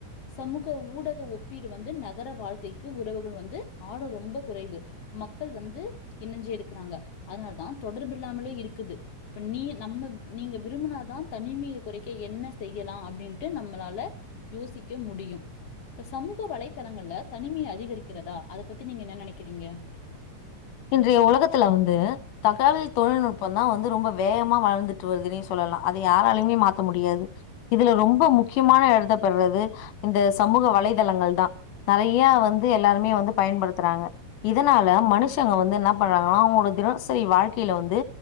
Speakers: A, on the left (about 65°); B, on the left (about 80°).
A: சமூக ஊடக ஒப்பீடு வந்து நகர வாழ்க்கைக்கு உறவுகள் வந்து ஆடு ரொம்ப குறைவு மக்கள் வந்து இணஞ்சி இருக்குறாங்க அதனால தா தொடர்பு இல்லாமலே இருக்குது இப்ப நீ நம்ம வி நீங்க விரும்புனாதா தனிமய குறைக்க என்ன செய்யலா அப்டின்ட்டு நம்மளால யோசிக்க முடியு இப்ப சமூக வலைத்தளங்கள்ல தனிமை அதிகரிக்கிறதா அத பத்தி நீங்க என்ன நெனக்கிறீங்க
B: இன்றைய ஒலகத்துல வந்து தகாவல் தொழில்நுட்பம் தா வந்து ரொம்ப வேகமா வளர்துட்டு வருதுன்னே சொல்லலா அத யாராலயுமே மாத்த முடியாது இதுல ரொம்ப முக்கியமான எடத்த பெர்றது இந்த சமூக வலைதளங்கள் தா தலையா வந்து எல்லாருமே வந்து பயன்படுத்துறாங்க இதனால மனுஷ் ஷங்க வந்து என்ன பண்றாங்கன்னா அவங்களோட தினசரி வாழ்க்கைல வந்து